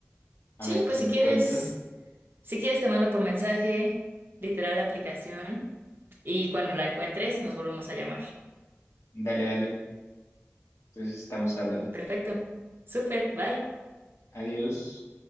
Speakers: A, on the left (about 70°); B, on the right (about 45°).
A: a
B: Sí,
A: ver qué
B: pues si
A: encuentro.
B: quieres, si quieres te mando por mensaje, literal la aplicación, y cuando la encuentres nos volvemos a llamar.
A: Dale, dale. Entonces estamos hablando.
B: Perfecto. Súper, bye.
A: Adiós.